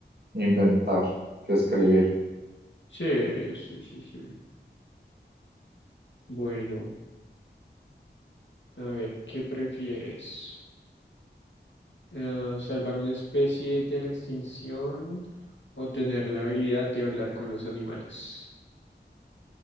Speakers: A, on the right; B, on the left.
A: Inventar, que escribir.
B: sí, sí, sí, sí. Bueno, a ver, ¿qué prefieres? Eh, ¿salvar una especie de la extinción o tener la habilidad de hablar con los animales?